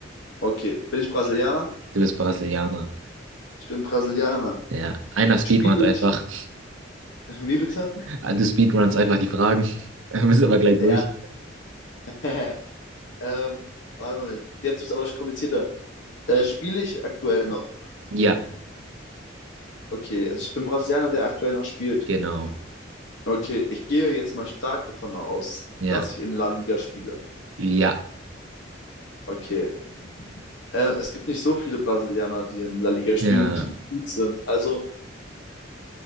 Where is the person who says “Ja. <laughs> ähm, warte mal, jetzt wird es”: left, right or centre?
Left